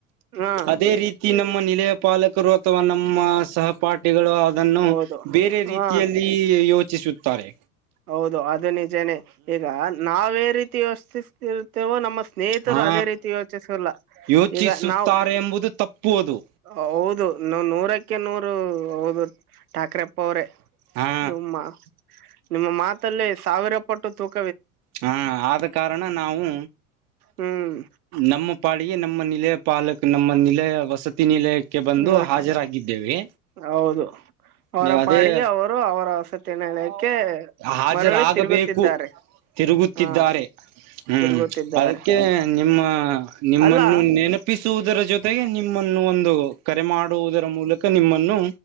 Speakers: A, on the right (about 75°); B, on the right (about 40°).
A: ಹಾ
B: ಅದೇ ರೀತಿ ನಮ್ಮ ನಿಲಯ ಪಾಲಕರು ಅಥವಾ ನಮ್ಮ ಸಹಪಾಠಿಗಳು ಅದನ್ನು
A: ಹೌದು
B: ಬೇರೆ ರೀತಿಯಲ್ಲಿ
A: ಹಾ
B: ಯೋಚಿಸುತ್ತ ತಾರೆ
A: ಹೌದು ಅದು ನಿಜನೇ ಈಗ ನಾವೇ ರೀತಿ ಯೋಚಿಸ್ತಿರ್ತಿವೋ ನಮ್ಮ ಸ್ನೇಹಿತರು
B: ಹಾ
A: ಅದೇ ರೀತಿ ಯೋಚಿಸಿಲ್ಲ
B: ಯೋಚಿಸುತ್ತಾರೆ
A: ಈಗ ನಾವು
B: ಎಂಬುದು ತಪ್ಪು ಅದು
A: ಹೌದು ನ ನೂರಕ್ಕೆ ನೂರು ಹೌದು ಠಾಕ್ರೆಪ್ಪ ಅವ್ರೇ
B: ಹಾ
A: ನಿಮ್ಮ ನಿಮ್ಮ ಮಾತಲ್ಲಿ ಸಾವಿರ ಪಟ್ಟು ತೂಕ
B: ಹಾ ಆದ ಕಾರಣ ನಾವು
A: ಹ್ಮ್
B: ನಮ್ಮ ಪಾಳಿಗೆ ನಮ್ಮ ನಿಲೆ ಪಾಲಕ್ ನಮ್ಮ ನಿಲೆ ವಸತಿ ನಿಲೆ ಕ್ಕೆ ಬಂದು
A: ಹ
B: ಹಾಜರಾಗಿದ್ದೇವೆ
A: ಹೌದು ಅವರ
B: ನೀವು ಅದೇ
A: ಪಾಡಿಗೆ ಅವರು ಅವರ ವಸತಿ ನಿಲಯಕ್ಕೆ
B: ಹಾಜರಾಗಬೇಕು
A: ಮರಳಿ ತಿರುಗುತ್ತಿದ್ದಾರೆ
B: ತಿರುಗುತ್ತಿದ್ದಾರೆ
A: ಹಾ
B: ಹ್ಮ್
A: ತಿರುಗುತ್ತಿದ್ದಾರೆ
B: ಅದಕ್ಕೆ ನಿಮ್ಮ ನಿಮ್ಮನ್ನು
A: ಅಲ್ಲ
B: ನೆನಪಿಸುವುದರ ಜೊತೆಗೆ ನಿಮ್ಮ ಒಂದು ಕರೆ ಮಾಡುವುದರ ಮೂಲಕ ನಿಮ್ಮನ್ನು